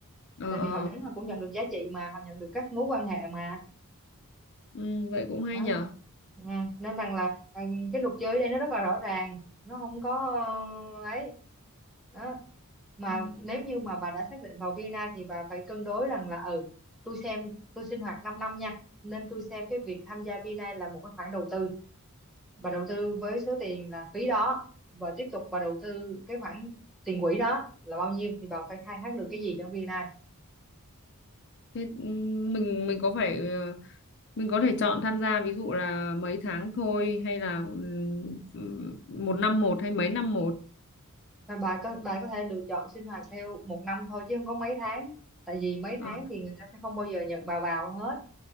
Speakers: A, on the left; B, in the centre.
A: ờ
B: Tại
A: ờ
B: vì họ đến họ cũng nhận được giá trị mà, họ nhận được các mối quan hệ mà.
A: ừ, vậy cũng hay
B: đó
A: nhở
B: ừ. nên rằng là à, cái luật chơi ở đây nó rất là rõ ràng nó không có ờ, ấy đó mà
A: Ừ.
B: nếu như mà bà đã xác định vào Vienna thì bà phải cân đối rằng là ừ tôi xem tôi sinh hoạt 5 năm nha nên tôi xem cái việc tham gia Vina là một cái khoản đầu tư bà đầu tư với số tiền là phí đó và tiếp tục bà đầu tư cái khoản tiền quỹ đó là bao nhiêu thì bà phải khai thác được cái gì trong Vina
A: Thế ừm, mình mình có phải ờ, mình có thể chọn tham gia ví dụ là mấy tháng thôi hay là ừm, ừm, một năm một hay mấy năm một
B: Mà bà có bà có thể lựa chọn sinh hoạt theo một năm thôi chứ không có mấy tháng tại vì mấy
A: Ờ,
B: tháng thì người ta sẽ không bao giờ nhận bà vào hết